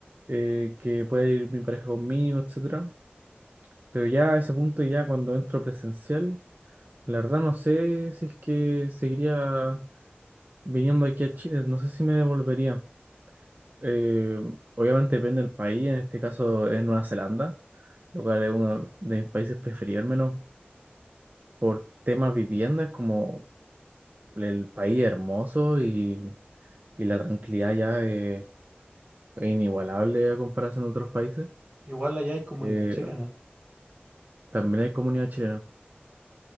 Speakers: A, on the right; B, on the right.
A: eh, que pueda ir mi pareja conmigo, etcétera. Pero ya a ese punto, ya cuando entro presencial, la verdad no sé si es que seguiría viniendo aquí a Chile, no sé si me devolvería. Eh, obviamente depende del país, en este caso es Nueva Zelanda, lo cual es uno de mis países preferidos, al menos por temas viviendas, como el país hermoso y, y la tranquilidad ya eh, es inigualable a comparación de otros países.
B: Igual allá hay comunidad
A: Eh,
B: chilena.
A: también hay comunidad chilena.